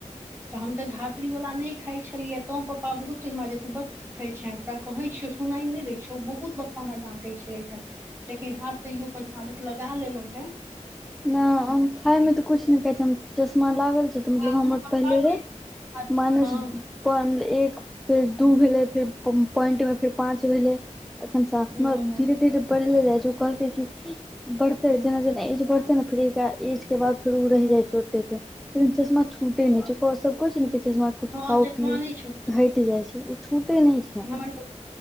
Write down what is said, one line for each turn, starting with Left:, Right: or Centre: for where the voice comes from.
Right: तऽ हम तऽ ध बातीवला नहि खाइ छलिय तँ पपापा बहुतेहिरा जेतू बच छ तोरा कहै छियौ सुनाय नहि दै छौ बहुत पप्पा हमरा डाँटे छलथि हेँ लेकिन आब तैयो अपन आदत लगा लेलहुं हें
Centre: नहि हम खायमे तऽ किछु नहि कहै छैै हम चश्मा लागल छै तऽ मतलब
Right: आ
Centre: हम
Right: हमर
Centre: आर
Right: पप्पाके
Centre: पहिले रहे
Right: आद-
Centre: माइनस
Right: हँ
Centre: एक फेर दू भेलै फेर पॉइन्टमे फेर पाँच भेलै अखन साथ
Right: हँ
Centre: मे धीरे धीरे बढ़ले जाय छै ओ कहलकै क बढ़ते
Right: हँ
Centre: जेना जेना एज बढ़त फ्री एस के बाद फेर ओ
Right: हँ
Centre: रहहि जाइ चोटे पे फे चश्मा छूटे
Right: हँ
Centre: नहि चुप ओ सब किछु नहि कहै छै किछु
Right: हँ
Centre: खाउ
Right: चश्मा
Centre: पिउ
Right: नहि छुटतै
Centre: तऽ हटि जाइ छै ओ छूटै नहि छै
Right: <unintelligible>